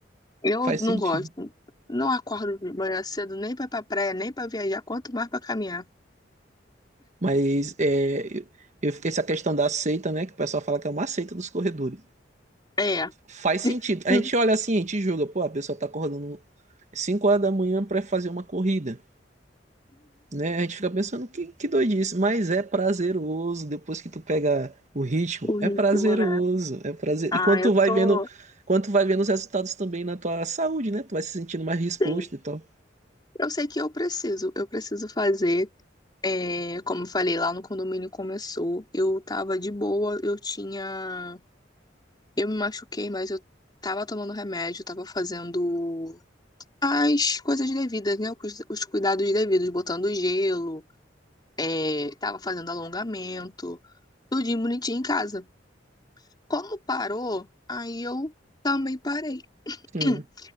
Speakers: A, on the left; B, on the right.
A: Eu
B: faz
A: não
B: sentido.
A: gosto. Não acordo de manhã cedo nem pra ir pra praia, nem pra viajar, quanto mais pra caminhar.
B: Mas é, eu- eu- fiquei essa questão da seita, né, que o pessoal fala que é uma seita dos corredores.
A: É.
B: Faz sentido.
A: <laughs>
B: A gente olha assim, a gente julga, pô, a pessoa tá acordando 5 horas da manhã para fazer uma corrida. Né? A gente fica pensando que, que doidice, mas é prazeroso depois que tu pega o ritmo.
A: O ritmo,
B: É prazeroso,
A: né?
B: é prazer.
A: Ah,
B: E quando
A: eu
B: tu vai
A: tô.
B: vendo, quando tu vai vendo os resultados também na tua saúde, né? Tu vai se sentindo mais disposto
A: Sim.
B: e tal.
A: Eu sei que eu preciso, eu preciso fazer. É, como eu falei, lá no condomínio começou. Eu tava de boa, eu tinha. Eu me machuquei, mas eu tava tomando remédio, tava fazendo as coisas devidas, né? Os os cuidados devidos, botando gelo, é, tava fazendo alongamento, tudinho bonitinho em casa. Como parou, aí eu também parei. <clears throat>
B: Sim.